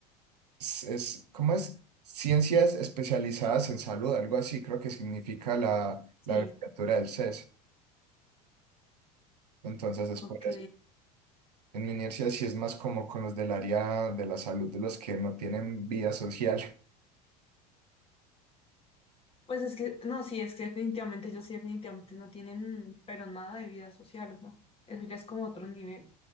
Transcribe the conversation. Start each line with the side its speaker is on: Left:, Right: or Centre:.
Right: es, es- ¿cómo es? Ciencias especializadas en salud, algo así creo que significa la,
Left: Sí,
Right: la abreviatura del CES. Entonces es
Left: ok.
Right: por eso. En mi universidad sí es más como con los del área de la salud, de los que no tienen vida social. <laughs>
Left: Pues es que, no, sí, es que definitivamente ellos sí definitivamente no tienen, pero nada de vida social, o sea, eso ya es como otro nivel.